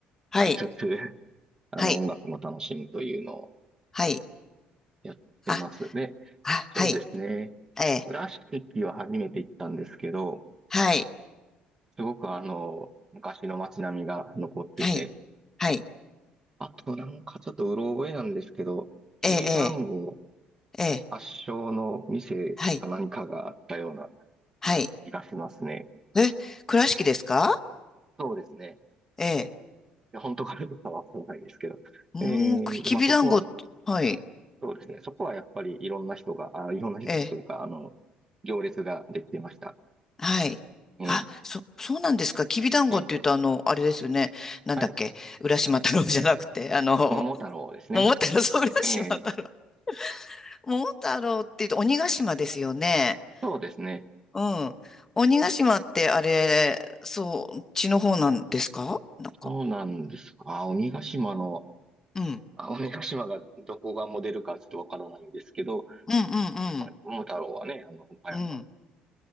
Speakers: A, on the left; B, on the right.
A: はい。
B: きつつ、<laughs> あの、
A: はい。
B: 音楽も楽しむというのを
A: はい。
B: やってます。
A: あ、
B: で、
A: あ、
B: そうですね。
A: はい。ええ。
B: 倉敷は初めて行ったんですけど、
A: はい。
B: すごくあの、昔の街並みが残ってて、
A: はい。はい。
B: あとなんかちょっとうろ覚えなんですけど、きびだんご
A: ええ、ええ、ええ。
B: 発祥の店か何かがあったような
A: はい。はい。
B: 気がしますね。
A: え、倉敷ですか
B: そうですね。
A: ええ。
B: いや本当かどうかはわからないですけど。
A: うーん、
B: えー、
A: きびだんご。
B: で、まあそこは、
A: はい。
B: そうですね。そこはやっぱりいろんな人が、あ、いろんな人というか、
A: ええ。
B: あの、行列ができていました。
A: はい。
B: ええ
A: あ、そ、そうなんですか。きびだんごって言うと、
B: ええ
A: あの、あれですよね。なんだっけ。
B: はい。
A: 浦島太郎 <laughs> じゃなくて、あの、
B: 桃太郎ですね。
A: 桃太郎、そう、浦島太郎。
B: ええ
A: <laughs> 桃太郎って言うと、鬼ヶ島ですよね。
B: そうですね。
A: うん。鬼ヶ島って、あれ、そう、血の方なんですかなんか。
B: そうなんですか。鬼ヶ島の、
A: うん。うん
B: あ、鬼ヶ島がどこがモデルかちょっとわからないんですけど、
A: うん
B: やっぱり桃太郎はね、あの、岡山
A: うん。うん。